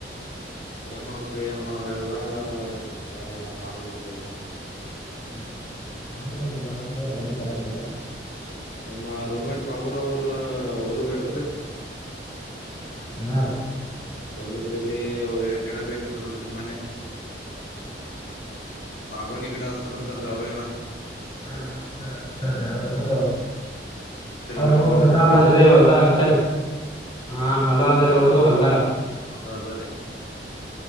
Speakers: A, on the left; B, on the left.
A: ಏನ್ ಮಾಡ್ಬೇಕ್ರೀ ಏನ್ ಮಾಡೋದಾಗಲ್ಲ ಮತ್ತ ಮಾಡ್ಬೇಕಲ್ರಿ ಎಲ್ಲ ಒಂದ
B: ಹ್ಮ್ ಎ ಮಾಡ್ಬೇಕು ಅದನ್ನು ಕರೆಕ್ಟ್ದಾ
A: ನಿಮ್ಮ ರೋಮೆಟ್ ಬಾಬೂರಾವ್ರ ಅವ್ರಗಾರೇನ್ರಿ
B: ನಾರ
A: ಬಂದಿದ್ರ ಇಲ್ಲಿ ಅವ್ರ ಏನ ಕೆಡ ಬೇಕಂತ ಬಂದಿದ್ರು ಮೊನ್ನೆ ತಾಗೋನಗಡ ಅತ್ರರ ನಂತ ರೌರಿಯಣ
B: ಹಾ ಸರತರಿ ಅ ಅವ್ರ
A: ಮೊನ್ನೆ ಬಂದಿದ್ರಿ
B: ಹೊದೀ
A: ಇಲ್ಲಿ
B: ಹೊಲ್ದಾಗತ ಹಾ ಹೊಲ ಅಂದ್ರೆ ಅವ್ರಗು ಹೊಲ್ಲ
A: ಅದಾದಾರೆ